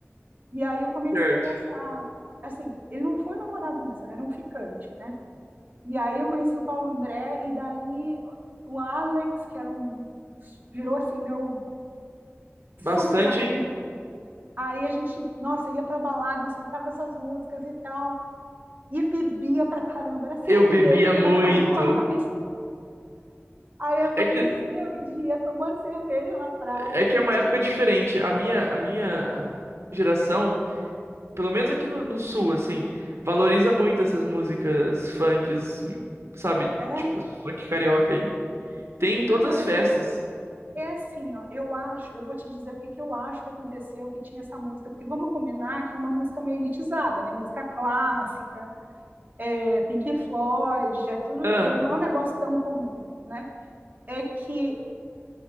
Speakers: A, on the right (about 35°); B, on the right (about 65°).
A: e aí eu comecei
B: Certo.
A: a, a- assim, ele não foi um namorado mesmo, era um ficante, né? E aí eu conheci o Paulo André, e daí o Alex, que era um, virou assim, meu super
B: Bastante,
A: amigo,
B: hein?
A: Aí a gente, nossa, ia pra balada e escutava essas músicas e tal, e bebia pra caramba, era <laughs> cerveja
B: Eu bebia
A: que
B: muito.
A: não acabava mais. Aí amanhecia
B: É que,
A: o dia tomando cerveja na praia.
B: é que é uma época diferente. A minha, a minha geração. pelo menos aqui no, no sul, assim, valoriza muito essas músicas funks, sabe?
A: É?
B: Tipo, esse funk carioca aí. Tem em
A: Ah,
B: todas
A: não.
B: as festas.
A: É assim, ó. Eu acho, eu vou te dizer o que, que eu acho que aconteceu, que tinha essa música, porque vamos combinar que é uma música meio elitizada, né? Música clássica, é, Pink Floyd, Jethro
B: Ah,
A: Tull, não é um negócio tão comum, né? É que